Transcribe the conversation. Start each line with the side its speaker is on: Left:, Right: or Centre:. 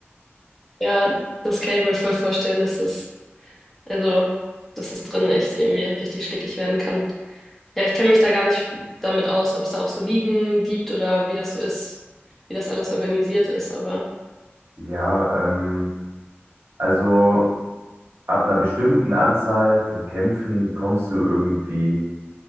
Centre: ja, das kann ich mir voll vorstellen, dass das, also, dass das drin echt irgendwie richtig stickig werden kann. Ja, ich kenne mich da gar nicht damit aus, ob es da auch so Ligen gibt oder wie das so ist, wie das alles organisiert ist, aber
Right: Ja, ähm, also ab einer bestimmten Anzahl von Kämpfen kommst du irgendwie,